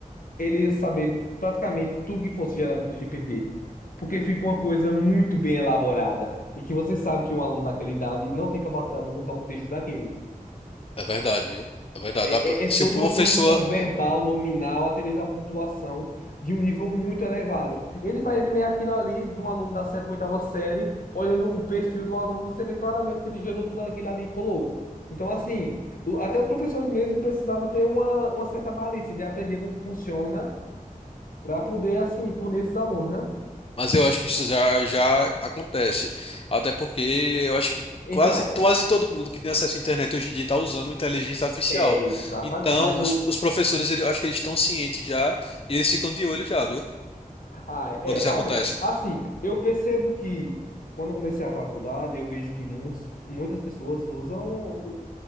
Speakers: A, on the left (about 75°); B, on the left (about 40°).
A: ele ia saber praticamente tudo que fosse gerado pelo GPT. Porque fica uma coisa muito bem elaborada. E que você sabe que um aluno daquela idade não tem capacidade de montar um texto daquele.
B: É verdade, viu? É verdade.
A: É,
B: Dá pra-
A: é, é
B: Se
A: toda
B: o professor.
A: uma conjunção verbal, nominal, até mesmo a pontuação de um nível muito elevado. Ele vai ler aquilo ali de um aluno da sétima, oitava série, olhando o perfil do aluno, você vê claramente que ele gerou tudo aquilo ali e colou. Então, assim, o- até os professores mesmo precisavam ter uma, uma certa malícia de aprender como funciona para poder, assim, punir esses alunos, né?
B: Mas eu acho que isso já, já acontece. Até porque eu acho que
A: Então,
B: quase, quase todo mundo que tem acesso à internet hoje em dia está usando inteligência artificial.
A: é exatamente.
B: Então,
A: Mas
B: os,
A: o.
B: os professores, ele- eu acho que eles estão cientes já e eles ficam de olho já, viu?
A: Ah, é,
B: Quando isso
A: realmente.
B: acontece.
A: Assim, eu percebo que quando eu comecei a faculdade, eu vejo que muitos, muitas pessoas usam,